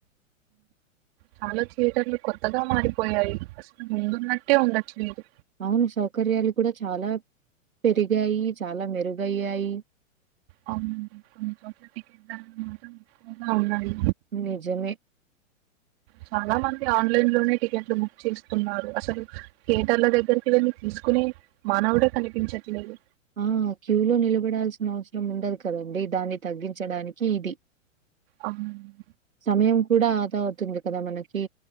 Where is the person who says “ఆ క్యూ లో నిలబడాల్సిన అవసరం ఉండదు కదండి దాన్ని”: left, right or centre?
Right